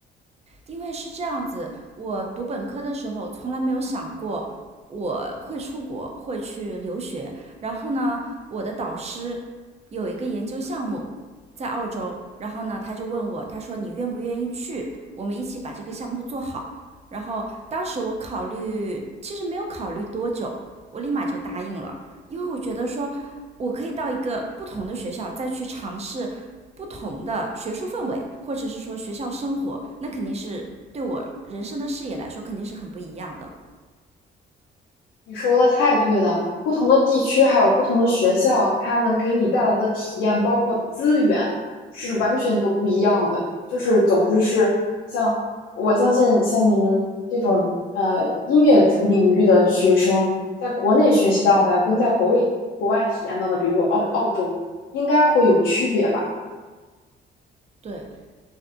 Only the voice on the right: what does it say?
因为是这样子，我读本科的时候从来没有想过我会出国，会去留学。然后呢，我的导师有一个研究项目在澳洲，然后呢，他就问我，他说你愿不愿意去？我们一起把这个项目做好。然后当时我考虑，其实没有考虑多久，我立马就答应了。因为我觉得说，我可以到一个不同的学校再去尝试不同的学术氛围，或者是说学校生活，那肯定是对我人生的视野来说肯定是很不一样的。
对，